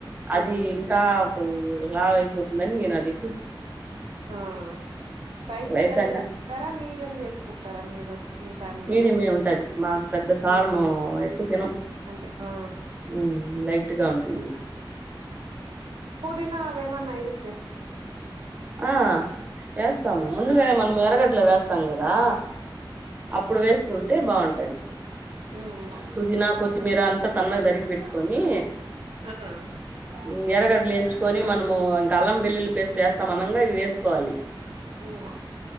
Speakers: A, on the right (about 20°); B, on the right (about 90°).
A: అది
B: ఉమ్
A: ఇంకా కు లావయిపోతుందని నేనది
B: ఆ స్పైసీగా
A: రైతానే
B: జేసుకుంటారా? మీడియం చేసుకుంటారా మీరు మీ ఫ్యామిలీలో
A: మీడియమే ఉంటది మాకు పెద్ద కారము
B: ఉమ్
A: ఎక్కువ తినం
B: అంతే ఆ
A: ఉమ్ లైట్ గా ఉంటుంది
B: దిన్నా అవేమన్నా యూస్
A: ఆ యేస్తాము ముందుగానే
B: ఉమ్
A: మనం ఎర్రగడ్ డ్లు వేస్తాం గదా అప్పుడు వేసుకుంటే బావుంటది
B: ఉమ్
A: పుదీనా కొత్తిమీర అంత సన్నగ దరిగిబెట్కొనీ
B: ఆ
A: ఉమ్ ఎరగడ్డలేంచుకొని మనము ఇంక అల్లం వెల్లుల్లి పేస్ట్ ఏస్తామనంగా ఇవి వేసుకోవాలి.
B: ఉమ్